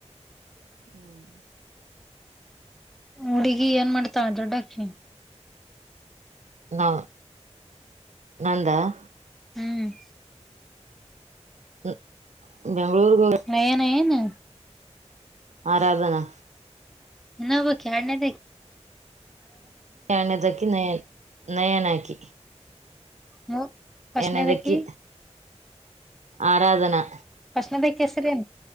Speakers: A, on the right (about 80°); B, in the centre.
A: <inaudible>
B: ಹುಡುಗಿ ಏನ್ ಮಾಡ್ತಾ ದೊಡ್ಡಾಕ್ಕಿ
A: ನಾ ನಾನಾ ನಂದ
B: ಹ್ಮ್
A: ಹ್ಮ ಬೆಂಗಳೂರು ಗ
B: ನಯನ ಏನು
A: ಆರಾಧನಾ
B: ಯಿನೋಬಾಕಿ ಯಾರದನೆದಾಕಿ
A: ಾಣ ಇಕ್ಕೆ ನನ್ ನಯನಕಿ
B: ಮೂ ಫಸ್ಟ್ನೇದಕಿ
A: ಏನದಕ್ಕೆ ಆರಾಧನಾ
B: ಫಸ್ತನೆದಾಕಿನ್ ಹೆಸರೇನು